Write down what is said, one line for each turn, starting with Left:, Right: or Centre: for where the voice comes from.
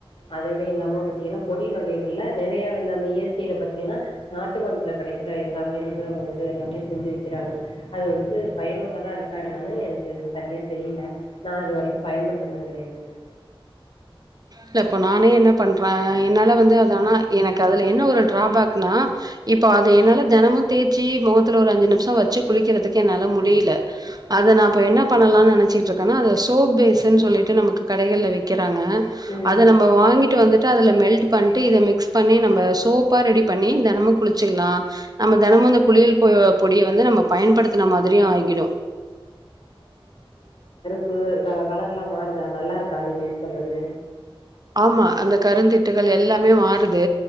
Left: அதோட இல்லாம பாத்தீங்கனா பொடி வகைகள்ல நெறைய வந்து இந்த இயற்கைல பாத்தீங்னா நாட்டு மருந்துல கடைக்கிற எல்லாமே வந்து வந்து எல்லாமே செஞ்சு விக்கிறாங்க அது வந்து பயனுள்ளதா இருக்கா என்னானு எனக்கு சரியா தெரியில நா இது வரை க்கு பயன்படுத்தினது கெடையாது அது
Right: இல்ல இப்ப நானே என்ன பண்ற என்னால வந்து அத ஆனா எனக்கு அதுல என்ன ஒரு டிராபேக் னா இப்ப அத என்னால தெனமு தேய்ச்சி மொகத்துல ஒரு அஞ்சு நி ம்ஷொ வச்சு குளிக்கிறதுக்கு என்னால முடியில அத நா இப்ப என்ன பண்ணலான் நெனச்சிட்ருக்கனா அத சோப் பேசுன் சொல்லிட்டு நமக்கு கடைகள்ல விக் றாங்க
Left: ம்.
Right: அத நம்ப வாங்கிட்டு வந்துட்டு அதுல மெல் ட் பண்ட்டு இத மிக்ஸ் பண்ணி நம்ப சோப்பா ரெடி பண்ணி தெனமு குளிச்சிக்லா நம்ம தெனமு இந்த குளியல் ப பொடிய வந்து நம்ம பயன்படுத்துன மாதிரியு ஆகிடு
Left: ப்பு கலர்லா மாறுதா நல்லாருக்கா நீங்க யூஸ் பண்றது
Right: ஆமா அந்த கருந்திட்டுகள் எல்லாமே மாறுது